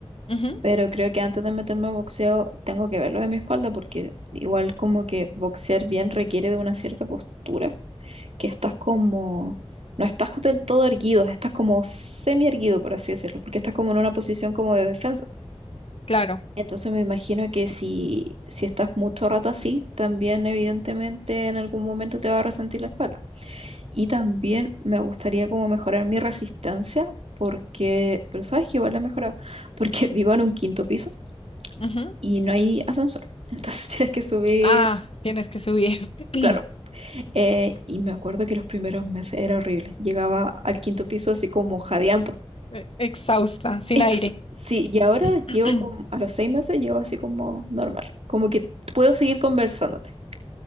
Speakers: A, on the left; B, on the right.
A: Ujú,
B: pero creo que antes de meterme a boxeo tengo que verlo de mi espalda, porque igual como que boxear bien requiere de una cierta postura, que estás como, no estás del todo erguido, estás como semi erguido, por así decirlo, porque estás como en una posición como de defensa.
A: claro.
B: Entonces me imagino que si, si estás mucho rato así, también evidentemente en algún momento te va a resentir la espalda. Y también me gustaría como mejorar mi resistencia, porque, pero sabes que igual la he mejorado, porque <laughs> vivo en un quinto piso
A: Ujú.
B: y no hay ascensor. Entonces <laughs> tienes que subir,
A: Ah, tienes que subir <clears throat>
B: claro. Eh, y me acuerdo que los primeros meses era horrible. Llegaba al quinto piso así como jadeando.
A: eh, exhausta, sin
B: Ex-
A: aire.
B: sí, y ahora
A: <clears throat>
B: llego como, a los seis meses llego así como normal. Como que puedo seguir conversándote.